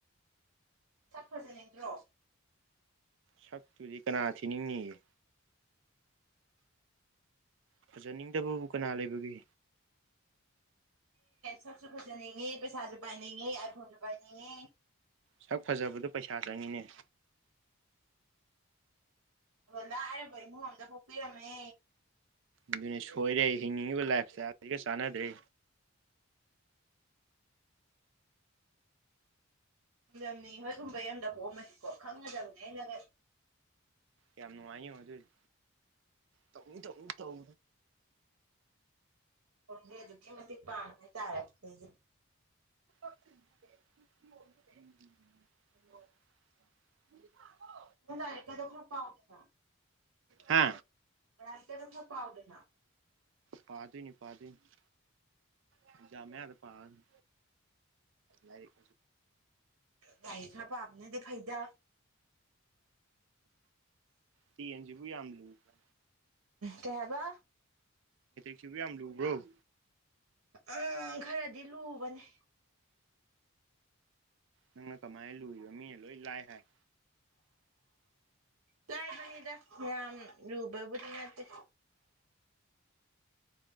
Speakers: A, on the right (about 80°); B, on the right (about 60°).
A: ꯁꯛ ꯐꯖꯅꯤꯡꯗ꯭ꯔꯣ
B: ꯁꯛꯇꯨꯗꯤ ꯀꯅꯥ ꯊꯤꯅꯤꯡꯅꯤꯒꯦ ꯐꯖꯅꯤꯡꯗꯕꯕꯨ ꯀꯅꯥ ꯂꯩꯕꯒꯦ
A: ꯁꯛꯁꯨ ꯐꯖꯅꯤꯡꯏ ꯄꯩꯁꯥꯁꯨ ꯄꯥꯏꯅꯤꯡꯉꯤ ꯑꯥꯏ ꯐꯣꯟꯁꯨ ꯄꯥꯏꯅꯤꯡꯉꯤ
B: ꯁꯛ ꯐꯖꯕꯗ ꯄꯩꯁꯥ ꯆꯪꯉꯤꯅꯦ
A: ꯂꯥꯏꯔꯕ ꯏꯃꯨꯡ ꯑꯃꯗ ꯄꯨꯛꯄꯤꯔꯝꯃꯦ꯫
B: ꯑꯗꯨꯅꯤ ꯁꯣꯏꯔꯦ ꯍꯤꯡꯅꯤꯡꯉꯤꯕ ꯂꯥꯏꯐ ꯏꯁꯇ ꯑꯁꯤꯒ ꯆꯥꯟꯅꯗ꯭ꯔꯦ
A: ꯈꯗꯝꯅꯤ ꯍꯣꯏꯒꯨꯝꯕ ꯌꯗ ꯄꯣꯑꯝꯃꯅꯤꯀꯣ ꯈꯪꯒꯗꯕꯅꯤ ꯍꯥꯏꯩꯅꯒ
B: ꯌꯥꯝ ꯅꯨꯡꯉꯥꯏꯅꯤ ꯑꯗꯨꯗꯤ ꯇꯧꯅꯤꯡ ꯇꯧꯅꯤꯡ ꯇꯧ
A: ꯗꯤ ꯑꯗꯨꯛꯀꯤ ꯃꯇꯤꯛ ꯄꯥꯃꯦ ꯍꯥꯏꯇꯥꯔꯦ ꯑꯩꯁꯦ
B: <inaudible>
A: ꯂꯥꯏꯔꯤꯛꯀꯗꯣ ꯈꯔ ꯄꯥꯎꯗꯅ
B: ꯍꯥ
A: ꯂꯥꯏꯔꯤꯛ ꯀꯗꯣ ꯈꯔ ꯄꯥꯎꯗꯅ
B: ꯄꯥꯗꯣꯏꯅꯤ ꯄꯥꯗꯣꯏꯅꯤ ꯑꯦꯛꯖꯥꯝ ꯃꯌꯥꯗ ꯄꯥꯗꯣꯏꯅꯦ꯫ ꯂꯥꯏꯔꯤꯛ
A: ꯂꯥꯏꯔꯤꯛ ꯈꯔ ꯄꯥꯕꯅꯗꯤ ꯐꯩꯗ
B: ꯇꯦꯟꯖꯤꯕꯨ ꯌꯥꯝ ꯂꯨꯕ꯭ꯔ
A: ꯀꯩ ꯍꯥꯏꯕ
B: ꯇꯦꯟꯖꯤꯕꯣ ꯌꯥꯝ ꯂꯨꯕꯔꯣ
A: ꯎꯝ ꯈꯔꯗꯤ ꯂꯨꯕꯅꯦ
B: ꯅꯪꯅ ꯀꯃꯥꯏꯅ ꯂꯨꯔꯤꯕ ꯃꯤꯅ ꯂꯣꯏ ꯂꯥꯏ ꯍꯥꯏ
A: ꯂꯥꯏꯕꯅꯤꯗ ꯌꯥꯝ ꯔꯨꯕꯕꯨꯗꯤ ꯅꯠꯇꯦ